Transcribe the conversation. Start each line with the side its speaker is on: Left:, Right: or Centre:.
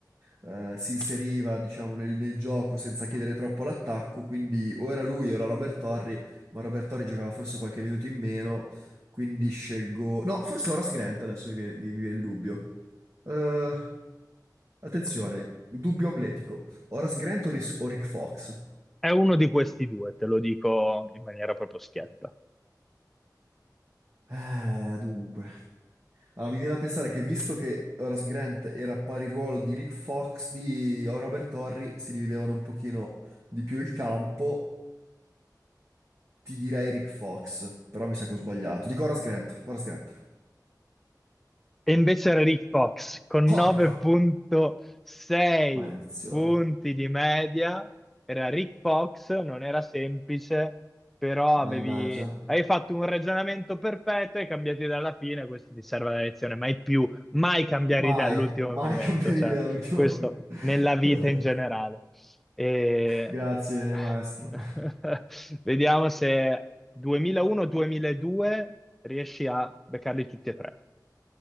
Right: eh, si inseriva, diciamo, nel, nel gioco senza chiedere troppo all'attacco, quindi o era lui o era Robert Torri, ma Robert Torri giocava forse qualche minuto in meno, quindi scelgo... No, forse Horace Grant, adesso mi viene, mi- mi viene il dubbio. Eh, attenzione, dubbio amletico. Horace Grant o, Ris- o Rick Fox?
Centre: È uno di questi due, te lo dico in maniera proprio schietta.
Right: Eh, dunque... Allora, mi viene da pensare che visto che Horace Grant era pari ruolo di Rick Fox, di Robert Horry, si dividevano un pochino di più il campo, ti direi Rick Fox, però mi sa che ho sbagliato. Dico Horace Grant, Horace Grant.
Centre: E invece era Rick Fox con
Right: Porca
Centre: 9.6
Right: maledizione,
Centre: punti di media. Era Rick Fox, non era semplice, però avevi,
Right: mannaggia.
Centre: avevi fatto un ragionamento perfetto e cambiato idea alla fine. Questo ti serve la lezione. Mai più, mai cambiare
Right: Mai,
Centre: idea all'ultimo
Right: mai
Centre: momento.
Right: <laughs> cambiare
Centre: Cioè,
Right: idea all'ultimo
Centre: questo
Right: momento.
Centre: nella vita
Right: <laughs>
Centre: in generale. E...
Right: Grazie, maestro.
Centre: <laughs> Vediamo se 2001-2002 riesci a beccarli tutti e tre.